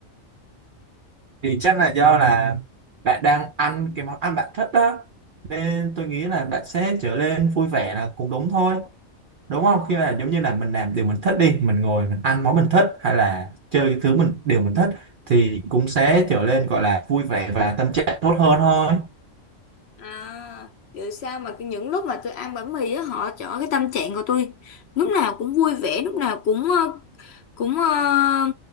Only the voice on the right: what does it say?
thì chắc là do là bạn đang ăn cái món ăn bạn thích đó nên tôi nghĩ là bạn sẽ trở nên vui vẻ là cũng đúng thôi đúng không khi mà giống như là mình làm điều mình thích đi mình ngồi mình ăn món mình thích hay là chơi cái thứ mình điều mình thích thì cũng sẽ trở nên gọi là vui vẻ và tâm trạng tốt hơn thôi